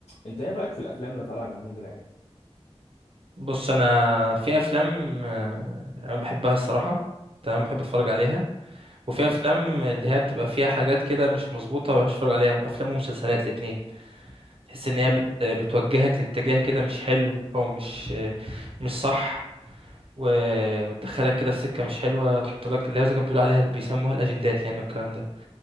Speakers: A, on the left; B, on the right.
A: انت ايه رايك في الافلام اللي طالعه اليومين دول يا أحمد؟
B: بص انا في افلام آه، انا بحبها الصراحه تمام بحب اتفرج عليها وفي
A: م-
B: افلام اللي هي بتبقى فيها حاجات كده مش مظبوطه ما بحبش اتفرج عليها افلام ومسلسلات الاتنين تحس ان هي
A: م-
B: بت... بتوجهك لاتجاه كده مش حلو او مش آه، مش صح و... وتدخلك كده في سكه مش حلوه تحط لك اللي هو زي كانوا بيقولوا عليها اللي بيسموها الاجندات يعني والكلام ده